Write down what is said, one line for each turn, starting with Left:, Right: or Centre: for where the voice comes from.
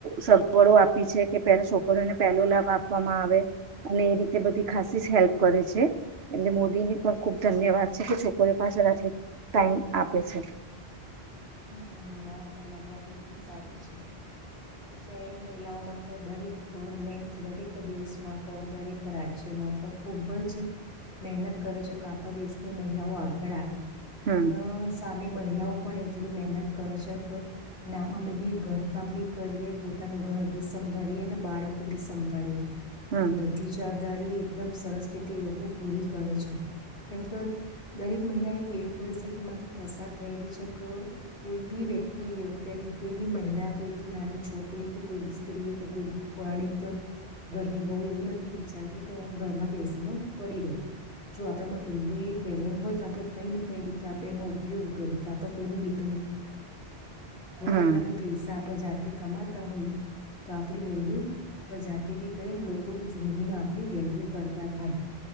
Right: સગવડો આપી છે. કે પહેલા છોકરીઓને પહેલો લાભ આપવામાં આવે અને એ રીતે બધી ખાસી હેલ્પ કરે છે. એટલે મોદીની પણ ખુબ ધન્યવાદ છે કે છોકરીઓ પાછળ આટલી ટાઈમ આપે છે.
Left: હમ ના તમારી વાત એકદમ સાચી છે. અત્યારે મહિલાઓ માટે દરેક ગવર્મેન્ટ દરેક દેશમાં કો દરેક રાજ્યમાં કો ખુબ જ મહેનત કર છે કા દેશની મહિલાઓ આગળ આવે
Right: હમ
Left: અને સા ની મહિલાઓ પણ એટ એટલી મહેનત કરે છે. ક ના અમે બી ઘરકામ બી કરીએ, પોતાનું ઘર બી સંભાળીએ, ને બાળકો બી સંભાળીએ
Right: હમ
Left: ને બધી જવાબદારી એકદમ સરસ રીતે એ લોકો પૂરી કર છે. કેમક દરેક મહિલા એક એવી પરિસ્થિતિમાંથી પસાર થયેલી છે ક કોઈ બી વ્યક્તિ અત્યારે કોઈ બી મહિલા કોઈ બી નાની છોકરી કે કોઈ બી સ્ત્રી કે કોઈ બી પરણિત ઘરની વહુ એવું નથી વિચારતી કે હું ઘરમાં બેસીને પડી રહું. જો આપણામાં કઈ બી ટેલેન્ટ હોય તો આપડે કઈ ને કઈ રીતે આપણે એનો ઉપયોગ કરીએ કે આપ કોઈ <unintelligible> થોડા
Right: હમ
Left: ઘણા ભી પૈસા આપ જા તે કમાતા હોય તો આપણી વેલ્યુ આપણે જાતે બી કરી લોકો બી ધીમે ધીમે આપણી વેલ્યુ કરતા થાય.